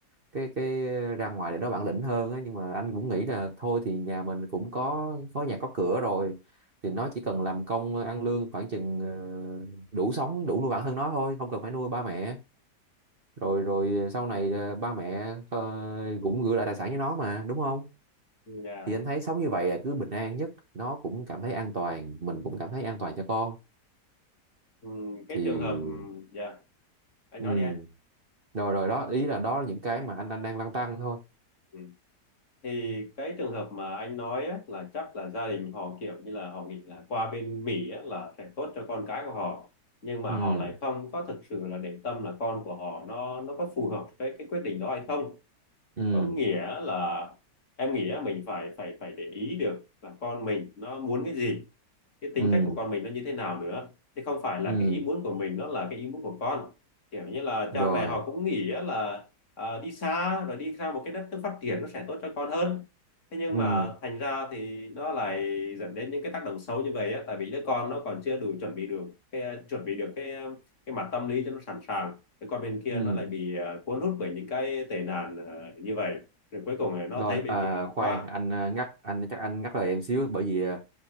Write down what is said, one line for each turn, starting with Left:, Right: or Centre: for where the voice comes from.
Right: cái cái ra ngoài để nó bản lĩnh hơn á nhưng mà anh cũng nghĩ là thôi thì nhà mình cũng có có nhà có cửa rồi thì nó chỉ cần làm công ăn lương khoảng chừng ờ, đủ sống đủ nuôi bản thân nó thôi không cần phải nuôi ba mẹ rồi
Left: ừ, ừ,
Right: rồi
Left: ừ.
Right: ờ, sau này ờ, ba mẹ ờ, cũng gửi lại tài sản cho nó mà đúng không
Left: ừ, Dạ.
Right: thì anh thấy sống như vậy là cứ bình an nhất nó cũng cảm thấy an toàn mình cũng cảm thấy an toàn cho con
Left: Ừ, cái
Right: thì
Left: trường hợp ừ, dạ anh
Right: ừ
Left: nói đi anh
Right: rồi rồi đó ý là đó là những cái mà anh anh đang lăn tăn thôi
Left: ừ. thì cái trường hợp mà anh nói á, là chắc là gia đình họ kiểu như là họ nghĩ là qua bên Mỹ á, là sẽ tốt cho con cái của họ nhưng mà
Right: ừ
Left: họ lại không có thực sự là để tâm là con của họ nó nó có phù hợp với cái quyết định đó hay không
Right: ừ
Left: có nghĩa là em nghĩ á, mình phải phải phải để ý được là con mình nó muốn cái gì cái tính
Right: ừ
Left: cách của con mình nó như thế nào nữa chứ không phải là
Right: ừ
Left: cái ý muốn của mình nó là cái ý muốn của con kiểu như là cha
Right: rồi
Left: mẹ họ cũng nghĩ á là à, đi xa rồi đi ra một cái đất nước phát triển nó sẽ tốt cho con hơn thế nhưng
Right: ừ
Left: mà thành ra thì nó lại dẫn đến những cái tác động xấu như vậy á tại vì đứa con nó còn chưa đủ chuẩn bị được cái chuẩn bị được cái cái mặt tâm lý cho nó sẵn sàng cái con bên kia
Right: ừ
Left: nó lại bị ờ, cuốn hút bởi những cái tệ nạn ờ, như vậy rồi cuối cùng là nó
Right: rồi
Left: thấy bên
Right: à,
Left: kia
Right: khoan
Left: quá
Right: anh ờ, ngắt anh chắc anh ngắt lời em xíu bởi vì à,